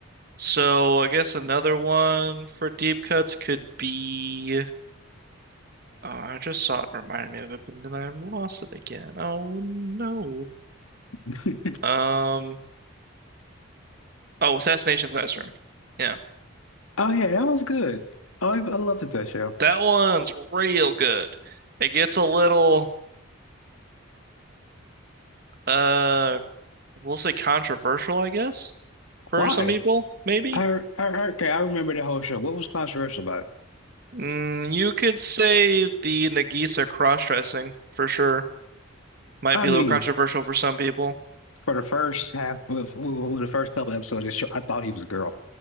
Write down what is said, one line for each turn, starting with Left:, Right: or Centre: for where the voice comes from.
Right: so I guess another one for deep cuts could be Oh, I just saw it and reminded me of it, but then I've lost it again. Oh no.
Left: <laughs>
Right: Um, oh, Assassination Classroom. Yeah.
Left: Oh yeah, that was good. Oh, I I loved that show.
Right: That one's real good. It gets a little uh we'll say controversial, I guess, for
Left: Why?
Right: some people, maybe.
Left: I, I okay, I remember the whole show. What was controversial about it?
Right: Mm, you could say the Nagisa cross-dressing for sure might
Left: I
Right: be
Left: mean,
Right: a little controversial for some people.
Left: for the first half, well, for well, the first couple episodes of the show, I thought he was a girl.